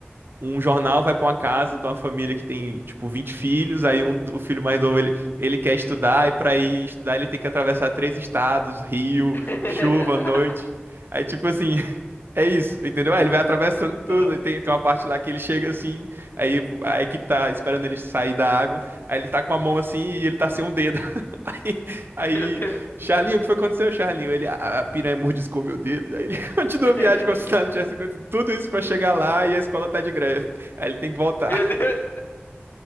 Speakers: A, on the right; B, on the left.
A: um jornal vai pra uma casa de uma família que tem, tipo, 20 filhos, aí um, o filho mais novo, ele, ele quer estudar, e pra ir estudar ele tem que atravessar três estados, rio,
B: <laughs>
A: chuva, noite. Aí, tipo assim, É isso, entendeu? Aí ele vai atravessando tudo.
B: Aham.
A: aí Tem, tem uma parte lá que ele chega assim, aí a equipe tá esperando ele sair da água. Aí ele tá com a mão assim e ele tá sem um dedo. <laughs> Aí, aí
B: Meu Deus.
A: Charlinho, o que foi que aconteceu, Charlinho? Ele, "A- a piranha mordiscou meu dedo. Aí ele <laughs> continua
B: <laughs>
A: a viagem como se nada tivesse acontecido. Tudo isso pra chegar lá e a escola tá de greve. Aí ele tem que voltar.
B: Meu Deus.
A: <laughs>